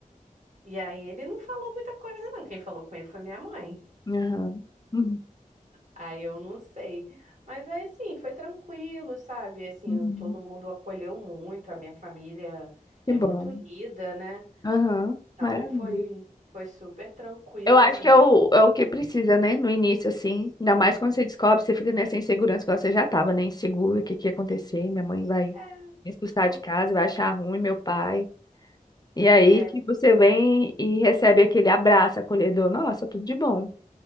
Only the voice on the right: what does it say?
E aí ele não falou muita coisa, não. Quem falou com ele foi minha mãe.
Aí eu não sei. Mas aí sim, foi tranquilo, sabe? Assim,
todo mundo acolheu muito, a minha família
é
muito unida, né?
Então
foi, foi super tranquilo,
assim.
É,
po-
é,